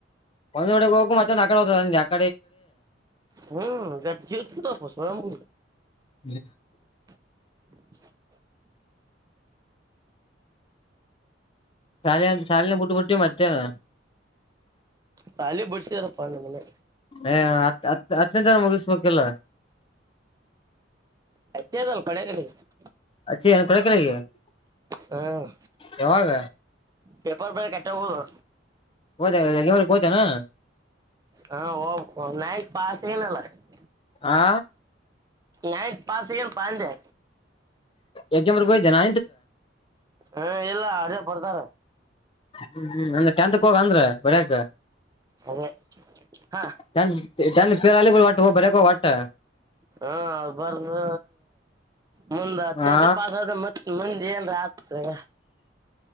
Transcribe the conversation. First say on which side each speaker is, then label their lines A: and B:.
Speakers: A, on the left; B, on the right.
A: ಒಂದ್ <unintelligible>
B: ಹು <unintelligible>
A: <unintelligible>
B: <inaudible>
A: ಶಾಲ್ಯಾಗ್ ಶಾಲಿನ ಬುಟ್ಟು ಬುಟ್ಟಿ ಮತ್ತೇನ್.
B: ಸಾಲಿ ಬಿಡ್ಸಿದಾರಪ್ಪ ನಮ್ಮನೆ
A: ಎ ಹತ್ ಹತ್ ಹತ್ತನೇಂತರೆ ಮುಗಿಸ್ಬೇಕಿಲ್ಲ. <inaudible>
B: <unintelligible>
A: ಅಚ್ಚಿ ಏನ್ <unintelligible>
B: ಹ್ಮ್
A: ಯಾವಾಗ.
B: ಪೇಪರ್ ಬರ್ಯಾಕ್ ಅಟ್ಟ್ ಹೋಗುದ್.
A: ಹೋದ ಯಾನ್ನವಲ್ಕ್ ಹೋತಿ ಅನ್ ಅ.
B: ಹಾ ಹೋಗ್ಬೇಕು ನೈನ್ತ್ ಪಾಸ್ <unintelligible>
A: ಆ
B: ನೈನ್ತ್ ಪಾಸ್ ಆಗಿಲ್ಲಪಾ ಅಂದೇ.
A: ಎಕ್ಸಾಮ್ ಬಾರಿಯಾಕೆ ಹೋಗಿಧೇನ
B: ಹಾ ಇಲ್ಲ ಅಲ್ಲೇ ಬರ್ದಾರ.
A: ಹ್ಮು ಹ್ಮು ಅಂದ್ರ ಟೆಂತಕೋಗ್ ಅಂದ್ರ ಬರ್ಯಾಕ್.
B: ಅದೇ ಹಾ
A: ಟೆಂತ್ ಟೆಂತ್ <unintelligible> ಬರ್ಯಾಕ್ ಹೋಗ್ ವಟ್ಟ್.
B: ಹ್ಮ ಬರ್ದ ಮುಂದ ಹತ್ತನೇತೆ
A: ಹಾ
B: ಪಾಸ್ ಆದ್ರ ಮತ್ತ್ ಮುಂದ್ ಏನ್ರ ಆತಂದ್ರ.